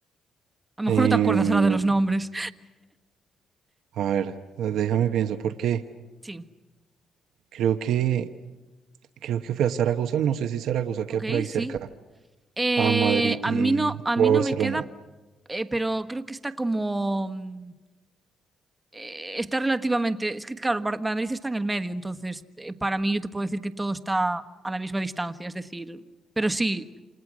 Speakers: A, on the right; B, on the right.
A: A lo
B: em,
A: mejor no te acuerdas ahora de los nombres.
B: a ver, déjame pienso, porque
A: Sí,
B: creo que creo que fue a Zaragoza, no sé si Zaragoza queda
A: ok,
B: por ahí
A: sí.
B: cerca,
A: Eh,
B: a Madrid
A: a
B: y,
A: mí no, a
B: o
A: mí
B: a
A: no
B: Barcelona.
A: me queda, eh, pero creo que está como... mm, eh, está relativamente... Es que, claro, Bar- Madrid está en el medio, entonces, eh, para mí yo te puedo decir que todo está a la misma distancia, es decir, pero sí,